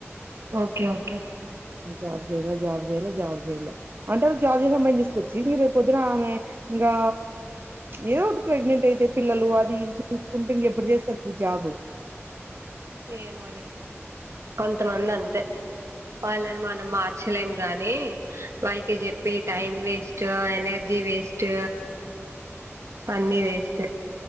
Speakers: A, on the right; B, on the right.
A: ఓ కే ఓకే
B: జాబ్ జెయ్ లా జాబ్ అంటారు జాబ్ చేసే అమ్మాయిని తీసుకొచ్చి మీ రేప్ పొద్దున ఆమె ఇంకా ఏదో ఒకటి ప్రెగ్నెంట్ అయితే పిల్లలు అది ఇది చూసుకుంటే ఇంక ఎప్పుడు చేస్తాది జాబు
A: ఏమోలే కొంతమంది అంతే వాళ్ళని మనం మార్చ్ చలేం గాని వాళ్ళకి చెప్పి time waste to energy waste అన్నీ వేస్టే